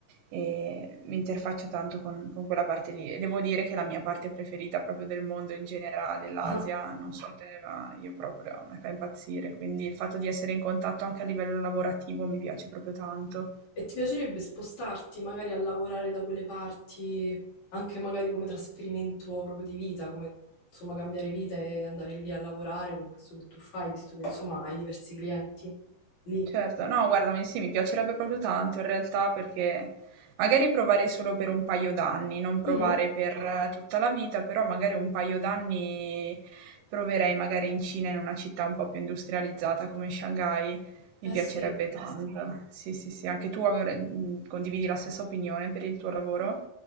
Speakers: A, on the right (about 80°); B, on the left (about 55°).
A: ehm, mi interfaccio tanto con con quella parte lì e devo dire che è la mia parte preferita proprio del mondo in generale, l'Asia,
B: <laughs>
A: non so te, ma io proprio mi fa impazzire, quindi il fatto di essere in contatto anche a livello lavorativo mi piace proprio tanto.
B: E ti piacerebbe spostarti magari a lavorare da quelle parti, anche magari come trasferimento proprio di vita, come insomma cambiare vita e andare lì a lavorare con questo che tu fai, visto che insomma hai diversi clienti lì.
A: Certo, no guarda, mi sì, mi piacerebbe proprio tanto in realtà perché magari provare solo per un paio d'anni, non provare
B: Mhm.
A: per eh, tutta la vita, però magari un paio d'anni proverei magari in Cina, in una città un po' più industrializzata come Shanghai, mi
B: Eh
A: piacerebbe
B: sì.
A: Eh sì. tanto. Sì, sì, sì, anche tu avre- mh, condividi la stessa opinione per il tuo lavoro?